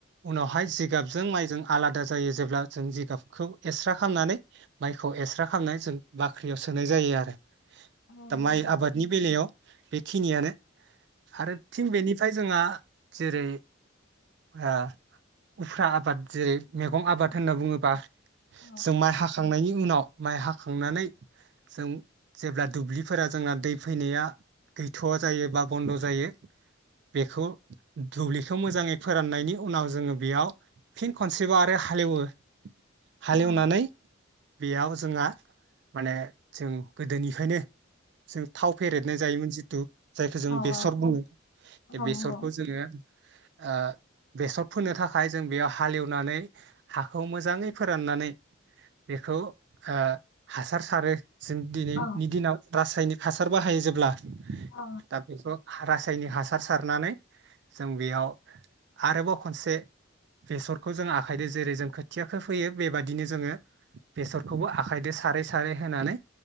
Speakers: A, on the right; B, on the left.
A: उनावहाय जिगाबजों माइजों आलादा जायो जेब्ला जों जिगाबखौ एक्स्रा खालामनानै माइखौ एक्स्रा खालामनानै जों बाख्रियाव सोनाय जायो आरो।
B: औ
A: दा
B: नंगौ
A: माइ
B: नोंथां
A: आबादनि बेलायाव बेखिनियानो। आरो फिन बेनिफ्राय जोंहा जेरै ओ उफ्रा आबाद जेरै मेगं आबाद
B: औ
A: होनना बुङोबा
B: औ
A: जों माइ हाखांनायनि उनाव माइ हाखांनानै जों जेब्ला दुब्लिफोरा जोंना दै फैनाया गैथ'वा जायो बा बन्द' जायो बेखौ दुब्लिखौ मोजाङै फोराननायनि उनाव जोङो बेयाव फिन खनसेबाव आरो हालेवो। हाल
B: औ
A: एव नानै बेयाव जोंहा माने जों गोदोनिफायनो जों थाव फेरेेदनाय जायोमोन जिथु जायखौ जोङो
B: औ
A: बेसर
B: औ
A: बुङो
B: औ
A: बे बेसरखौ
B: नंगौ
A: जोङो ओ बेसर फोनो थाखाय जों बेयाव हालेवनानै हाखौ मोजाङै फोराननानै बेखौ ओ हासार सारो। जों दिनैनि
B: औ
A: दिनाव रासायनिक हासार बाहायो जेब्ला
B: औ नंगौ औ
A: दा बेखौ हारास फिथाइनि हासार सारनानै जों बेयाव आरोबाव खनसे बेस'रखौ जों आखायदो जेरै जों खोथियाखो फैयो बेबादि बिदिनो जोङो बेसरखौबो आखायदो सारै सारै होनानै